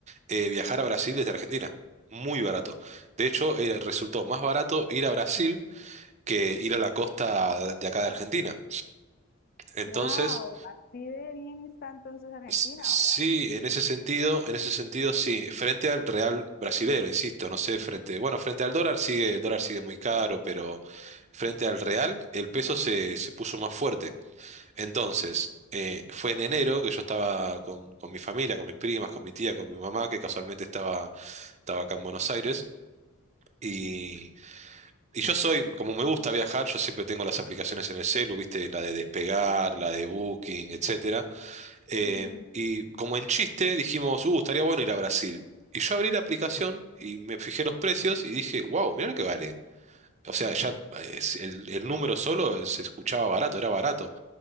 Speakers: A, on the right; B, on the left.
A: eh, viajar a Brasil desde Argentina. Muy barato. De hecho, eh, resultó más barato ir a Brasil que ir a la costa de acá de Argentina. Entonces...
B: Wow, así de bien está entonces Argentina
A: S- Sí,
B: ahora.
A: en ese sentido, en ese sentido sí, frente al real brasilero, insisto, no sé,
B: Ujú.
A: frente, bueno, frente al dólar sigue, el dólar sigue muy caro, pero frente al real el peso se, se puso más fuerte. Entonces, eh, fue en enero que yo estaba con, con mi familia, con mis primas, con mi tía, con mi mamá, que casualmente estaba, estaba acá en Buenos Aires, y, y yo soy, como me gusta viajar, yo siempre tengo las aplicaciones en el celu, viste, la de Despegar, la de Booking, etcétera. Eh,
B: Sí, sí, sí.
A: y como en chiste dijimos, uh, estaría bueno ir a Brasil. Y yo abrí la aplicación y me fijé los precios y dije, wow, mirá lo que vale. O sea, ya eh, el, el número solo se escuchaba barato, era barato.